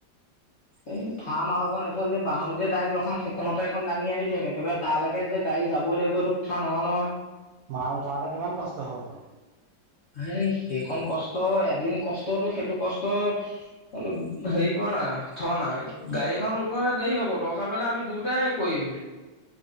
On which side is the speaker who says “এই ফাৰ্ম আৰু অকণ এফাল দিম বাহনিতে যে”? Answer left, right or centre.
Left